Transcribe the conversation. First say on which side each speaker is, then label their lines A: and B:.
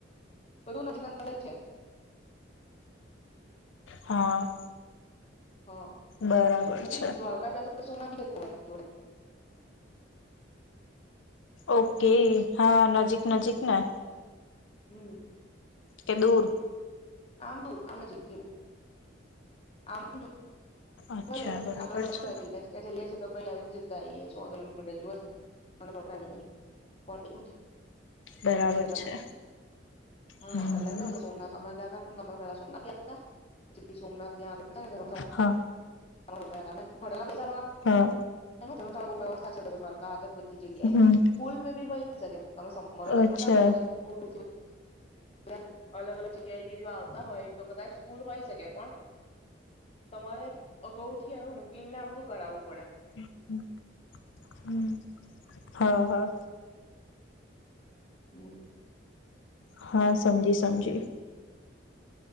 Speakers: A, on the left; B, on the left.
A: બધું નથી કા <unintelligible>
B: હા.
A: હા
B: બરાબર
A: પછી,
B: છે.
A: દ્વારકા જ તોછ સોના બી હોય જોડે.
B: ઓકે હા નજીક નજીક ને
A: હમ્મ.
B: કે દૂર
A: આમ દૂર આમ નજીક <unintelligible> આમ તો <unintelligible>
B: અચ્છા
A: એ તો
B: બરાબર
A: આપણા માટે
B: છે
A: તો નજીક જ એ જલ્યા <unintelligible> તો ભાઈ આવી જતા આઈએ સો કિલોમીટર જેવું હશે મને <unintelligible> આઇડિયા નહીં પણ એટલું
B: બરાબર
A: તેથી વધાર
B: છે
A: નહિ. હા,
B: હમ
A: એટલે કેવું સોમનાથ અમાર ત્યા <unintelligible> પેલા સોમનાથ ગયા હતા પછી સોમનાથ ત્યાં <unintelligible>
B: હા
A: તમારું કયા <unintelligible> તમારા પૈસા
B: હા
A: <unintelligible> <unintelligible> બહુ વ્યવસ્થા છે <unintelligible> જગ્યાએ
B: હમ
A: ફૂલ <unintelligible> હોય સગા તમે સમર વેકેનમાં
B: અચ્છા
A: જાવ તો બધા દૂર દૂર થી <unintelligible> જ્યાં અલગ અલગ જગ્યાથી જો આવતા હોય તો કદાચ ફૂલ હોય શકે પણ તમારે અગાઉથી આનું બુકિંગ ના આ બધું કરાવું
B: હમ્મ, હમ્મ. હા, હા.
A: હમ્મ.
B: હા, સમજી સમજી.